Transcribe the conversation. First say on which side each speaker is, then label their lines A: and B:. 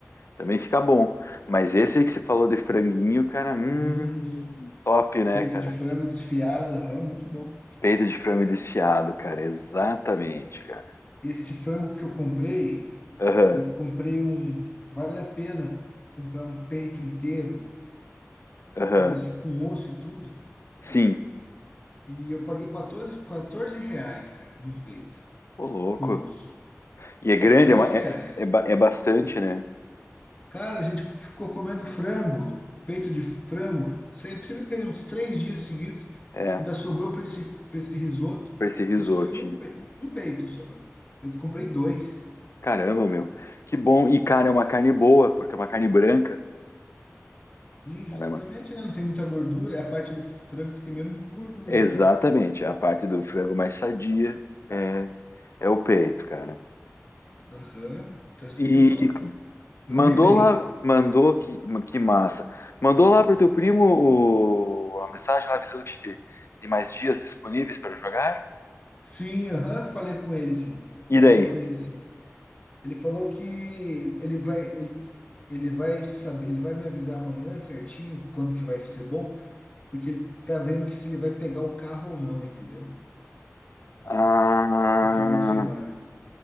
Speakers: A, on the left (about 55°); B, on the left (about 25°).
A: Também fica bom. Mas esse aí que você falou de franguinho, cara, hum,
B: Hum,
A: top, né,
B: peito
A: cara?
B: de frango desfiado, aham, muito bom.
A: Peito de frango desfiado, cara, exatamente, cara.
B: Esse frango que eu comprei,
A: Aham,
B: eu comprei um. Vale a pena comprar um peito inteiro,
A: aham,
B: sabe assim, com osso e tudo.
A: sim.
B: E eu paguei quatorze quatorze reais, cara, num peito,
A: Ô, louco.
B: com osso.
A: E é grande,
B: quatorze
A: é, uma- é,
B: reais.
A: é, é ba- é bastante, né?
B: Cara, a gente ficou comendo frango, peito de frango, sempre, sempre que uns três dias seguidos,
A: É,
B: ainda sobrou para esse, para esse risoto.
A: pra esse risotinho.
B: Isso foi um, pe- um peito só. Eu comprei dois.
A: Caramba, meu. Que bom. E, cara, é uma carne boa, porque é uma carne branca.
B: Sim, justamente,
A: Ela é uma-
B: né? Não tem muita gordura, é a parte do frango que tem menos gordura,
A: Exatamente,
B: né?
A: é a parte do frango mais sadia é, é o peito, cara.
B: Aham. tá assim
A: E
B: que eu tô.
A: Mandou
B: Comi bem.
A: lá, mandou que, que massa. Mandou lá pro teu primo o- a mensagem lá avisando que te- tem mais dias disponíveis para jogar.
B: Sim, aham, falei com ele, sim.
A: E daí?
B: Falei com ele, sim. Ele falou que ele vai, ele, ele vai saber, ele vai me avisar amanhã certinho quando que vai ser bom. porque ele tá vendo que se ele vai pegar o carro ou não, entendeu?
A: Ah,
B: No final de semana.